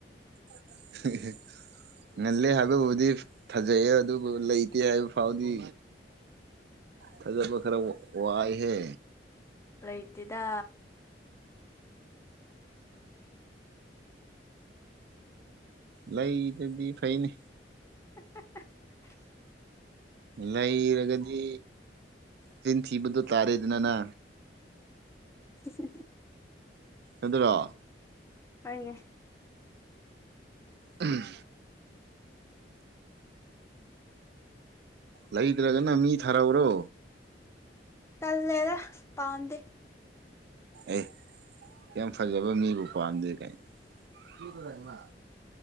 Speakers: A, on the right (about 65°); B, on the left (about 15°).
A: <unintelligible> ꯉꯜꯂꯦ ꯍꯥꯏꯕꯕꯨꯗꯤ ꯐꯥꯖꯩꯌꯦ ꯑꯗꯨꯕꯨ ꯂꯩꯇꯦ ꯍꯥꯏꯕ ꯐꯥꯎꯗꯤ ꯊꯥꯖꯕ ꯈꯔ ꯋꯥꯏꯍꯦ
B: ꯂꯩꯇ‌ꯦꯗ
A: ꯂꯩꯗꯗꯤ ꯐꯩꯅꯦ
B: <unintelligible>
A: ꯂꯩꯔꯒꯗꯤ ꯆꯤꯟ ꯊꯕꯣ ꯇꯥꯔꯦꯗꯗꯅꯥ
B: ꯎ <unintelligible>
A: ꯑꯗꯨꯔꯣ
B: ꯍꫭꯏꯅꯦ
A: ꯎꯝ ꯂꯩꯇ꯭ꯔꯒꯅ ꯃꯤ ꯊꯥꯔꯎꯔꯣ
B: ꯇꯜꯂꯗ ꯄꯥꯝꯗ‌ꯦ
A: ꯑꯦ ꯌꯥꯝ ꯐꯖꯕ ꯃꯤꯕꯨ ꯄꯥꯝꯗꯦ ꯀꯥꯏꯅ